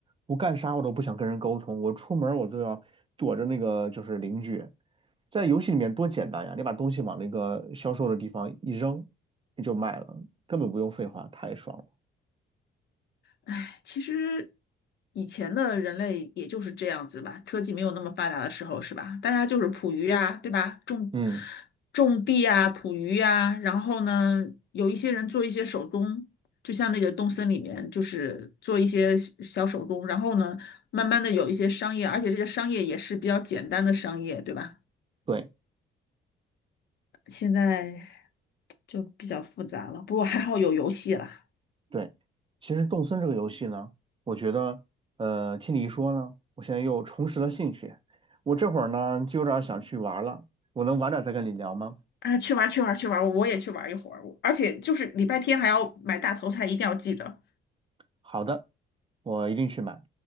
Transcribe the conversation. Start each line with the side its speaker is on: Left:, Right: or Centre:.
Right: 我干啥我都不想跟人沟通，我出门儿我都要躲着那个就是邻居。在游戏里面多简单呀，你把东西往那个销售的地方一扔，你就卖了，根本不用废话，太爽了。
Left: 唉，其实以前的人类也就是这样子吧，科技没有那么发达的时候，是吧？大家就是捕鱼呀，对吧？种
Right: 嗯，
Left: 种地呀，捕鱼呀，然后呢，有一些人做一些手工，就像那个东森里面，就是做一些小小手工，然后呢，慢慢的有一些商业，而且这个商业也是比较简单的商业，对吧？
Right: 对
Left: 现在就比较复杂了，不过还好有游戏了。
Right: 对，其实动森这个游戏呢，我觉得，呃，听你一说呢，我现在又重拾了兴趣。我这会儿呢，就有点儿想去玩了，我能晚点再跟你聊吗？
Left: 啊，去玩儿去玩儿去玩儿我也去玩儿一会儿，我而且就是礼拜天还要买大头菜，一定要记得。
Right: 好的，我一定去买。